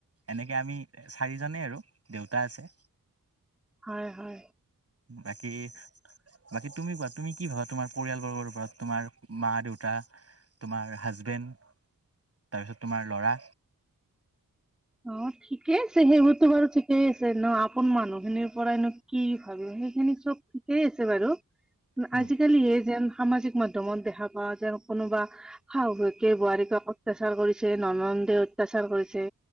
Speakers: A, on the right; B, in the centre.
A: এনেকে আমি চাৰিজনেই আৰু দেউতা আছে।
B: হয়-হয়
A: বাকী বাকী তুমি তুমি কি ভাবা তোমাৰ পৰিয়ালবৰ্গৰ ওপৰত তোমাৰ মা দেউতা তোমাৰ হাজবেণ্ড তাৰপিছত তোমাৰ ল'ৰা
B: অ', ঠিকেই আছে সেইবোৰতো বাৰু ঠিকেই আছে ন আপোন মানুহখিনিৰ পৰাইনো কি ভাবিম সেইখিনিক চব ঠিকেই আছে বাৰু
A: উম।
B: আজিকালিহে যেন সামাজিক মাধ্যমত দেখা পাওঁ যেন কোনোবা শাহুৱেকে বোৱাৰীক অত্যাচাৰ কৰিছে ননদ ননন্দে অত্যাচাৰ কৰিছে